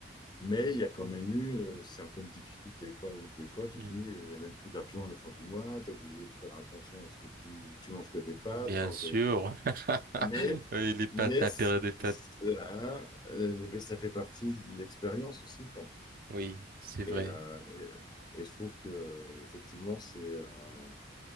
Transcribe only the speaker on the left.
Mais il y a quand même eu euh, certaines difficultés, quoi, où des fois tu
te dis, euh, il n'y a même plus d'argent à la fin du mois, tu es obligé de faire attention à ce que tu, tu manges que des
pâtes. Enfin,
c'est-
mais,
mais,
c-
ça, euh, mais ça fait partie de l'expérience aussi, quoi.
Et, euh, et, et je trouve que, effectivement, c'est. euh,